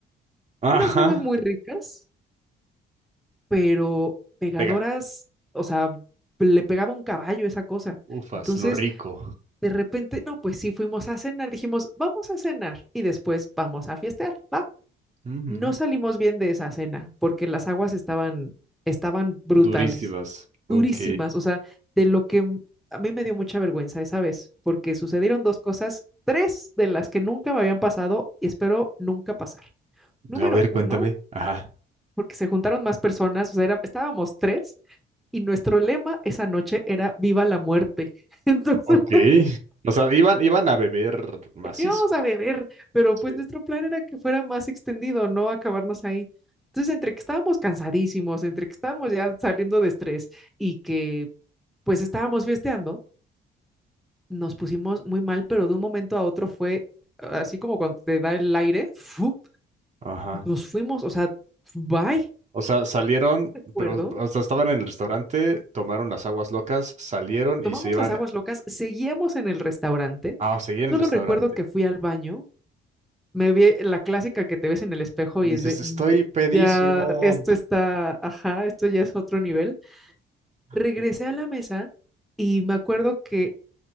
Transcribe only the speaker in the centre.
unas aguas muy ricas, pero pegadoras,
o sea, le pegaba un caballo esa cosa.
Entonces,
De repente, no, pues sí, fuimos a cenar, dijimos, vamos a cenar y después vamos a fiestear, ¿va?
No salimos bien de esa cena porque las aguas estaban, estaban brutales,
durísimas, o sea, de lo que m- a mí me dio mucha vergüenza esa vez porque sucedieron dos cosas, tres de las que nunca me habían pasado y espero nunca pasar. Número
uno,
porque se juntaron más personas, o sea, era, estábamos tres y nuestro lema esa noche era Viva la muerte. <laughs> Entonces,
íbamos a beber, pero
pues nuestro plan era que fuera más extendido, no acabarnos ahí. Entonces, entre que estábamos cansadísimos, entre que estábamos ya saliendo de estrés y que pues estábamos fiesteando, nos pusimos muy mal, pero de un momento a otro fue así como cuando te da el aire, ¡fu!
nos fuimos, o sea, bye,
recuerdo.
Tomamos
las aguas locas, seguíamos en el restaurante.
Solo
recuerdo que fui al baño me vi la clásica que te ves en el espejo
y es de,
"Mm,
ya, esto está, ajá, esto ya es otro nivel.
Regresé a la mesa y me acuerdo que